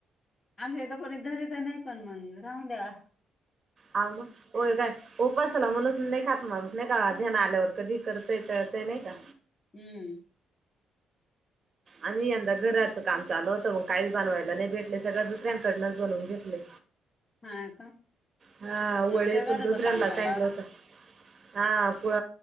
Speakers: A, on the left (about 35°); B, on the right (about 40°).
A: आमच्या इथं कोणी द <unintelligible> नाही पण मग राहू द्या.
B: आम <unintelligible> उपसाला म्हणूनच नाही खात म्हण नाही का ध्यान आल्यावर कधी करतय तळतय नाही का?
A: हम्म.
B: आम्ही यंदा घराचा काम चाल होत मग काहीच बनवायला नाही भेटल सगळं दुसऱ्यांकडनच बनवून घेतलय.
A: <inaudible> का
B: हा वडे
A: आमच्या घराचं
B: पण दुसऱ्यांना
A: काम चालू
B: <unintelligible> होत. हा कुळ